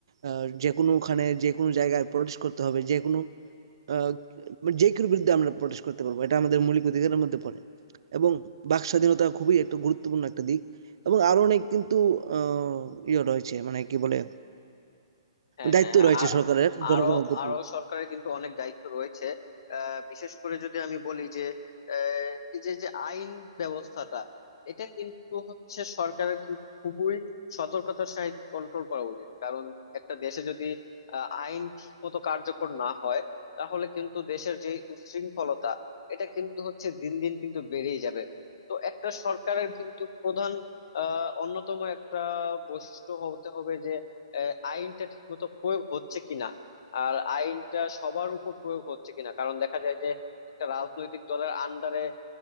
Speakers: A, on the right; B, on the left.
A: আহ, যে কোনো ওখানে যে কোনো জায়গায় প্রটেস্ট করতে হবে যে কোনো আহ, যে কারোর বিরুদ্ধে আমরা প্রটেস্ট করতে পারবো এটা আমাদের মৌলিক অধিকারের মধ্যে পড়ে এবং বাক স্বাধীনতা খুবই একটা গুরুত্বপূর্ণ একটা দিক এবং আরো অনেক কিন্তু আহ, ইয়ে রয়েছে মানে কি বলে
B: হ্যাঁ
A: দায়িত্ব
B: হ্যাঁ হ্যাঁ,
A: রয়েছে
B: আর
A: সরকারের জনগণের
B: আরো
A: প্রতি
B: আরো সরকারের কিন্তু অনেক দায়িত্ব রয়েছে আহ, বিশেষ করে যদি আমি বলি যে আহ, এই যে যে আইন ব্যবস্থাটা এটা কিন্তু হচ্ছে সরকারের কিন্তু খুবই সতর্কতার সহিত কন্ট্রোল করা উচিত কারণ একটা দেশে যদি আহ, আইন ঠিক মতো কার্যকর না হয় তাহলে কিন্তু দেশের যে উচ্ছৃঙ্খলতা এটা কিন্তু হচ্ছে দিন দিন কিন্তু বেড়েই যাবে তো একটা সরকারের কিন্তু প্রধান আহ অন্যতম একটা বৈশিষ্ট্য হতে হবে যে আহ, আইনটা ঠিকমতো প্রয়োগ হচ্ছে কিনা আর আইনটা সবার উপর প্রয়োগ হচ্ছে কিনা কারণ দেখা যায় যে একটা রাজনৈতিক দলের আন্ডারে